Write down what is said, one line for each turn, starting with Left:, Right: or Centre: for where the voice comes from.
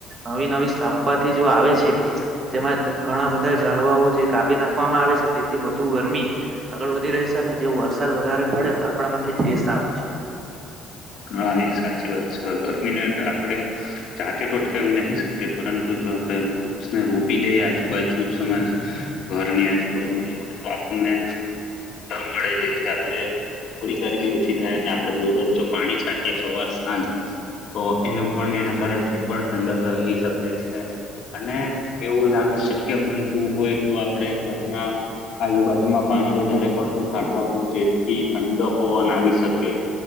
Right: નવી નવી સ્થાપ વાથી જો આવે છે તેમાં ઘણા બધા જાળવાઓ જે કાપી નાખવામાં આવે છે તેથી વધુ વ ગરમી આગળ વધી ર છે અને જે વરસાદ વધારે પડે તો આપણા થી તે સારું છે.
Left: હા એ સાચી વાત છે ગરમીને આપડે જાતે ટોટકાવી નહી શકીએ પરંતુ જો આપડે વૃક્ષને રોપી દઈ આજુબાજુરે ઘરની આજુબાજુ તો આપણને મળે જેથી આપે થોડી ગરમી ઓછી થાય અને આપે દરરોજ પાણી છાંટએ સવાર સાંજ તો એનું પણ એના કારણ થી પણ ઠંડક રહી શકે છે. અને એવું લાગી શક્ય બનતું હોય તો આપડે ઘરના આજુબાજુમાં પાણી વધારે પડતું છાટવાનું જેથી ઠંડક પવન આવી શકે.